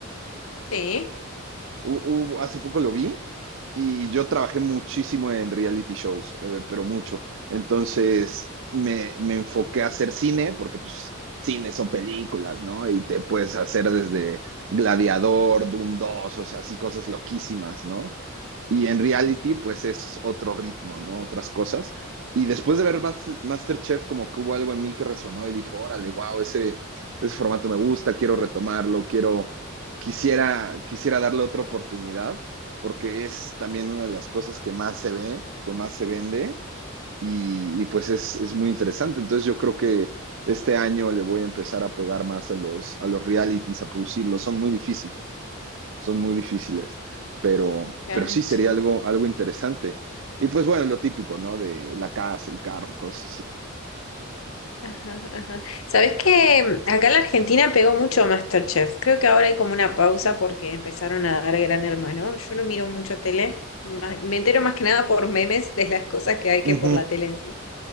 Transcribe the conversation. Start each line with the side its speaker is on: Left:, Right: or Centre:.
Left: Sí,
Right: Hu- hubo- hace poco lo vi y yo trabajé muchísimo en reality shows, eh, pero mucho. Entonces me, me enfoqué a hacer cine, porque pues cine son películas, ¿no? Y te puedes hacer desde Gladiador, Doom 2, o sea, así cosas loquísimas, ¿no? Y en reality,
Left: Ujú.
Right: pues es otro ritmo, ¿no? Otras cosas. Y después de ver Mas- Masterchef, como que hubo algo en mí que resonó y dijo, órale, wow, ese, ese formato me gusta, quiero retomarlo, quiero, quisiera, quisiera darle otra oportunidad, porque es también una de las cosas que más se ve, que más se vende, y, y pues es, es muy interesante. Entonces yo creo que este año le voy a empezar a pegar más a los, a los realities, a producirlos, son muy difíciles son muy difíciles, pero,
Left: claro,
Right: pero sí sería
Left: sí.
Right: algo, algo interesante. Y pues bueno, lo típico, ¿no? De la casa, el carro, cosas así.
Left: Ajá, ajá. ¿Sabés que acá en la Argentina pegó mucho MasterChef? Creo que ahora hay como una pausa porque empezaron a dar Gran Hermano. Yo no miro mucho tele, ma- me entero más que nada por memes de las cosas que hay que
Right: Ujú.
Left: por la tele en sí.